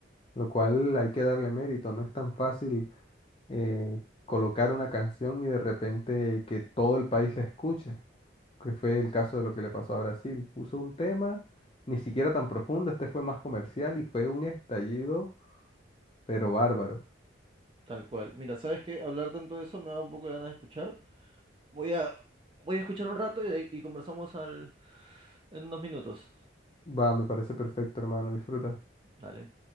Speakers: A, on the left (about 30°); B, on the right (about 25°).
A: Lo cual hay que darle mérito, no es tan fácil eh, colocar una canción y de repente que todo el país la escuche, que fue el caso de lo que le pasó a Brasil. Puso un tema, ni siquiera tan profundo, este fue más comercial y fue un estallido, pero bárbaro.
B: tal cual. Mira, ¿sabes qué? Hablar tanto de eso me da un poco de ganas de escuchar. Voy a, voy a escuchar un rato y, de- y conversamos al, en unos minutos.
A: Va, me parece perfecto, hermano, disfruta.
B: Dale.